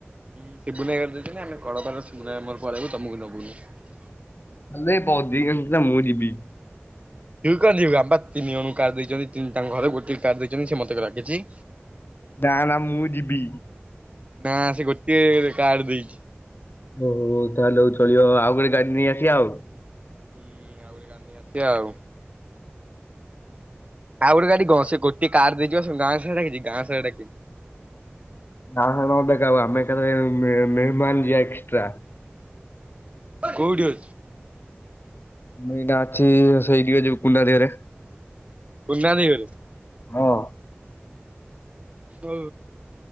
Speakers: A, on the right; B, on the left.
A: ହୁଁ ସିବୁନା ଭାଇ ଘର ଦେଇଥିଲେ ଆମେ କଳପାର, ଶିବୁନା ଭାଇର ମୋର ପଳେଇବୁ ତମକୁ ନବୁନୁ ।
B: ହେଲେ <unintelligible> ମୁଁ ଯିବି।
A: ତୁ କଣ ଯିବୁ ଆମୁକୁ ପା ତିନି ଜଣୁ କାର୍ଡ ଦେଇଛନ୍ତି ତାଙ୍କ ଘରେ ଗୋଟିଏ କାର୍ଡ ଦେଇଛନ୍ତି ସେ ମତେ ଡାକିଛି।
B: ନା ନା ମୁଁ ଯିବି।
A: ନା ସେ ଗୋଟେ କାର୍ଡ ଦେଇଛି।
B: ହୋଉ, ହୋଉ ତାହେଲେ ଚଳିବ ଆଉ ଗୋଟେ ଗାଡି ନେଇ ଆସିବା ଆଉ।
A: ହୁଁ ଆଉ ଗୋଟେ ଗାଡ଼ି ନେଇ ଆସିବା ଆଉ। ଆଉ ଗୋଟେ ଗାଡି ଙ୍କ ସେ ଗୋଟଏ କାର୍ ଦେଇଚି ବା ସେ ଗାଁ ସାରା ଡାକିଛି ସେ ଗାଁ ସାରା ଡାକିନି।
B: <unintelligible> ଆମେ ଏକାଥରେ ମେ ମେହେମାନ ଯିବା ଏ <unintelligible>
A: କୋଉଠି ଅଛୁ?
B: ମୁଁ ଅନା ଅଛି <unintelligible>
A: <unintelligible>
B: ହଁ।
A: ହଉ